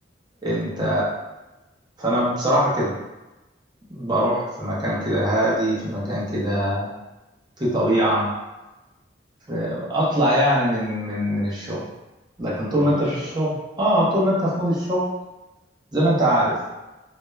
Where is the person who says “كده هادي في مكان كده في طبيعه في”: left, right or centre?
Right